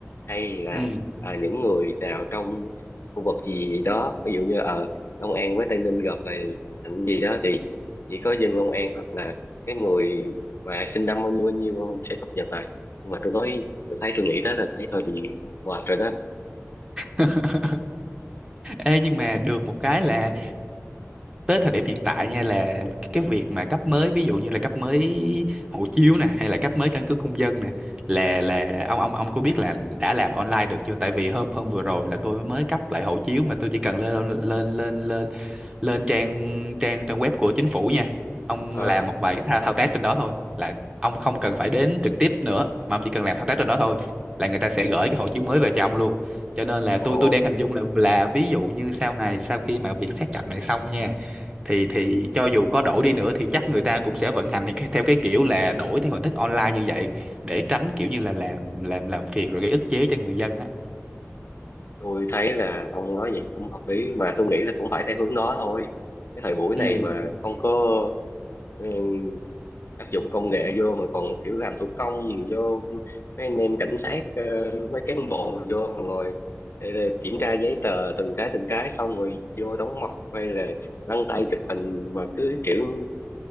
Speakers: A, on the left (about 55°); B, on the right (about 20°).
A: hay là
B: ừ
A: à, những người nào trong khu vực gì đó ví dụ như ở Long An với Tây Ninh gặp lại thành gì đó thì chỉ có dân Long An hoặc là cái người mà sinh năm bao nhiêu bao nhiêu sẽ cập nhật lại nhưng mà tôi nói tôi thấy tôi nghĩ đó là thấy hơi bị mệt rồi đó
B: <laughs> Ê, nhưng mà được một cái là tới thời điểm hiện tại nha là cái việc mà cấp mới ví dụ như là cấp mới hộ chiếu nè hay là cấp mới căn cước công dân nè là là ông ông ông có biết là đã làm online được chưa tại vì hôm hôm vừa rồi là tôi mới cấp lại hộ chiếu mà tôi chỉ cần lên lên lên lên lên trang trang trang web của chính phủ nha ông
A: ờ
B: làm một vài cái thao, thao tác trên đó thôi là ông không cần phải đến trực tiếp nữa mà ông chỉ cần làm thao tác trên đó thôi là người ta sẽ gửi cái hộ chiếu mới về cho ông luôn cho nên là
A: ồ,
B: tôi tôi đang hình dung là là ví dụ như sau này sau khi mà việc xác nhập này xong nha thì thì cho dù có đổi đi nữa thì chắc người ta cũng sẽ vận hành thì cái- theo cái kiểu là đổi theo hình thức online như vậy để tránh kiểu như là làm làm làm phiền rồi gây ức chế cho người dân á
A: tôi thấy là ông nói vậy cũng hợp lý mà tôi nghĩ là cũng phải theo hướng đó thôi cái thời buổi này
B: ừ
A: mà không có ừ, áp dụng công nghệ vô mà còn kiểu làm thủ công vô mấy anh em cảnh sát ờ, mấy cán bộ mà vô mà ngồi ờ, kiểm tra giấy tờ từng cái từng cái xong rồi vô đóng mộc hay là lăn tay chụp hình mà cứ kiểu